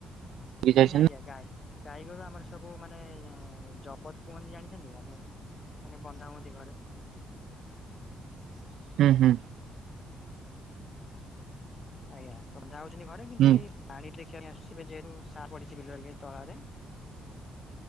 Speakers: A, on the left; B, on the right.
A: ନାଇଁ
B: ଯାଇଛନ୍ତି
A: ନାଇଁ ଆଜ୍ଞା ଗାଏ। ଗାଈଗୋରୁ ଆମର ସବୁ ମାନେ ଜବତ କୁହନ୍ତି ଜାଣିଛନ୍ତି ମାନେ। ମାନେ ବନ୍ଧା ବନ୍ଧି ଘରେ।
B: <inaudible> <inaudible> ହୁଁ ହୁଁ।
A: ଆଜ୍ଞା ତବ ଯା ହାଉଛନ୍ତି ଘରେ କିନ୍ତୁ
B: ହୁଁ
A: ଏଇ ପାଣି ଟ୍ରେ ଆସି ଯେହେତୁ ସା ପଡିଛି ବିଲ ତଳାରେ